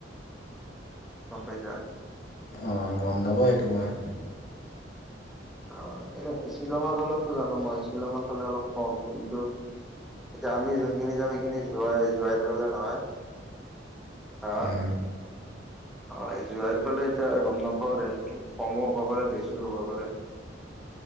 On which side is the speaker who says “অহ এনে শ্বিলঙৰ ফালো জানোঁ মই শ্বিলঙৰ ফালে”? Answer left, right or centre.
Centre